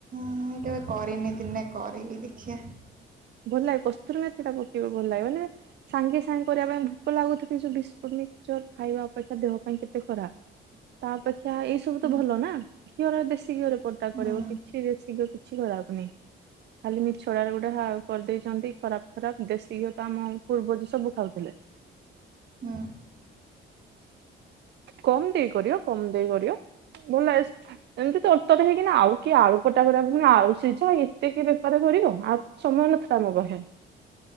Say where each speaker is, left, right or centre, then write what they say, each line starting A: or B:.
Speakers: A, on the right; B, on the right.
A: <inaudible> କରିନି ଦିନେ କରିବି ଦେଖିଆ।
B: ଭଲ ଲାଗେ। କସ୍ତୁରୀ ମେଥି ତ ପକେଇବ ଭଲ ଲାଗେ ମାନେ ସାଙ୍ଗେ କରିବା ପାଇଁ ଭୋକ ଲାଗୁଥିବ ଯୋଉ ବିସ୍କୁଟ ମିକ୍ସଚର୍ ଖାଇବାଅପେକ୍ଷା ଦେହ ପାଇଁ କେତେ ଖରାପ ତା ଅପେକ୍ଷା ଏଇ ସବୁ
A: ହୁଁ
B: ତ ଭଲ ନା। ଖିଅର ବେ ଶୀଘରେ କଟା
A: ହୁଁ
B: କରିବ କିଛିରେ ଶୀଘ କିଛି କରା ହବନି। ଖାଲି ମିଛ ଟାରେ ଗୋଟେ ହାଉ ଦେଇଚନ୍ତି ଖରାପ ଖରାପ ଦେଶୀ ଘିଅ ତ ଆମ ପୂର୍ବଜ ସବୁ ଖାଉଥିଲେ।
A: ହୁଁ।
B: କମ୍ ଦେଇ କରିବ କମ ଦେଇ କରିବ। ଭଲ ଲାଗ ଏମିତି ତର୍ ତର୍ ହେଇକିନା ଆଉ କିଏ ଆଳୁ ପ କରିବା ଆଉ। ସେ ଯା ଏତେ କିଏ ବେପାର କରିବ। ଆଉ ସମୟ ନ କାମ ବହେ।